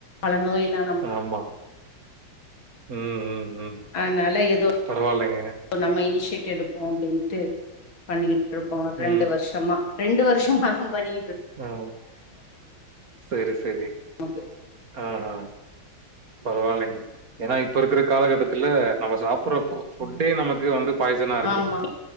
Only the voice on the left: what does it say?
பல நோய் எல்லா
அதனால எதோ
நம்ம இனிஷியேட் எடுப்போ அப்டின்ட்டு பண்ணிக்கிட் ருக்கோ ரெண்டு
வருஷமா ரெண்டு வருஷமாதா பண்ணி
நமக்கு
ஆமா